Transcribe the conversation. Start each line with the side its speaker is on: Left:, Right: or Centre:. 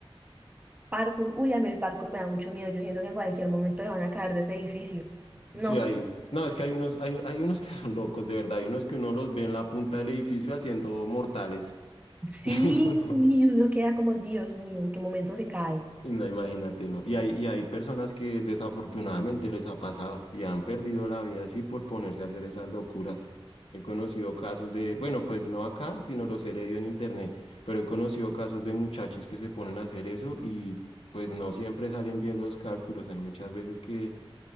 Right: Parkour, uy, a mí el parkour me da mucho miedo. Yo siento que en cualquier momento me van a caer de ese edificio. No,
Left: Sí, hay. No, es que hay unos, hay, hay unos que son locos, de verdad. Hay unos que uno los ve en la punta del edificio haciendo mortales. <laughs>
Right: sí,
Left: Y uno no.
Right: y uno queda como, Dios mío, ¿en qué momento se cae?
Left: Y no, imagínate, ¿no? Y hay, y hay personas que desafortunadamente les ha pasado y han perdido la vida así por ponerse a hacer esas locuras. He conocido casos de, bueno, pues no acá, sino los he leído en internet, pero he conocido casos de muchachos que se ponen a hacer eso y pues no siempre salen bien los cálculos. Hay muchas veces que